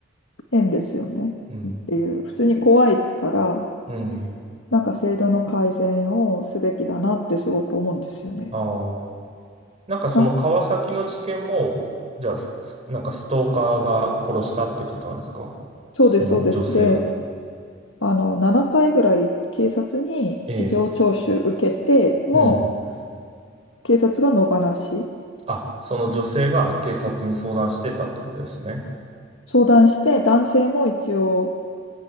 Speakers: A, on the left; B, on the right.
A: 変ですよね。
B: うん、
A: 普通に怖いから、
B: うん。
A: なんか制度の改善をすべきだなってすごく思うんですよね。
B: ああ。なんかその川崎の事件も、
A: な、
B: じゃあ、すなんかストーカーが殺したってことなんですかその女性を。
A: そうです、そうです。で、あの、7回ぐらい警察に事情聴取受けて、
B: ええ。
A: も
B: うん。
A: 警察が野放し。
B: あ、その女性が警察に相談してたってことですね。
A: 相談して、男性も一応、